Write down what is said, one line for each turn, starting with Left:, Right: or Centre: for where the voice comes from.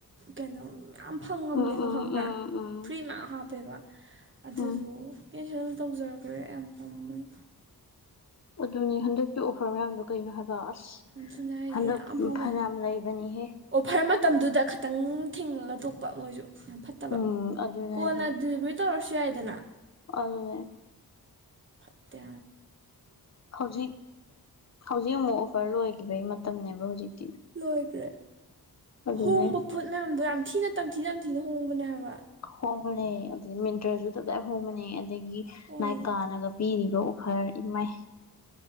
Right: ꯀꯩꯅꯣ ꯌꯥꯝ ꯐꯪꯉꯝꯅꯦꯕ
Left: ꯎꯝ ꯎꯝ
Right: ꯈꯪꯕ꯭ꯔꯥ
Left: ꯎꯝ ꯎꯝ
Right: ꯐ꯭ꯔꯤ ꯃꯌꯥꯝ ꯍꯥꯞꯄꯦꯕ ꯑꯗꯨꯗꯣ
Left: ꯎꯝ
Right: ꯀꯦꯟꯁꯦꯜ ꯇꯧꯖꯈ꯭ꯔꯦ ꯌꯥꯝ ꯄꯥꯝꯃꯦꯩ
Left: ꯑꯗꯨꯅꯦ ꯍꯟꯗꯛꯀꯤ ꯑꯣꯐꯔ ꯃꯌꯥꯝꯗꯣ ꯀꯩꯅꯣ ꯍꯥꯏꯕ ꯑꯁ
Right: ꯌꯥꯝ ꯊꯨꯅꯔꯤꯁꯦ
Left: ꯍꯟꯗꯛ
Right: ꯌꯥꯝ ꯄꯥꯝꯃꯦ
Left: ꯐꯅꯌꯥꯝ ꯂꯩꯕꯅꯤꯍꯦ
Right: ꯑꯣꯐꯔ ꯃꯇꯝꯗꯨꯗ ꯈꯤꯇꯪ ꯊꯤꯉꯒ ꯇꯨꯞꯄ ꯃ ꯌꯥꯝ ꯐꯠꯇꯕ
Left: ꯎꯝ ꯑꯗꯨꯅꯦ
Right: ꯀꯣꯟꯅ
Left: ꯍꯥꯏꯁꯦ
Right: ꯗꯤꯂꯤꯚꯔꯤ ꯇꯧꯔꯁꯨ ꯌꯥꯏꯗꯅ
Left: ꯑꯗꯨꯅꯦ
Right: ꯐꯠꯇꯦ
Left: ꯍꯧꯖꯤꯛ ꯍꯧꯖꯤꯛ ꯑꯃꯨꯛ ꯑꯣꯐꯔ ꯂꯣꯏꯈꯤꯕꯒꯤ ꯃꯇꯝꯅꯦꯕ ꯍꯧꯖꯤꯛꯇꯤ
Right: ꯂꯣꯏꯗ꯭ꯔꯦ
Left: ꯑꯗꯨꯅꯦ
Right: ꯍꯣꯡꯕ ꯐꯨꯠ ꯃꯌꯥꯝꯗꯣ ꯌꯥꯝ ꯊꯤꯅ ꯇꯝꯊꯤ ꯇꯝꯊꯤꯅ ꯍꯣꯡꯕꯅꯦ ꯍꯥꯏꯕ
Left: ꯍꯣꯕꯅꯦ ꯑꯗꯨ ꯃꯤꯟꯇ꯭ꯔꯁꯨ ꯑꯍꯣ ꯃꯅꯦ ꯑꯗꯒꯤ
Right: ꯍꯣꯡꯉꯦ
Left: ꯅꯥꯏ ꯀꯥꯅꯒ ꯄꯤꯔꯤꯕ ꯑꯣꯐꯔ ꯏꯃꯥꯏ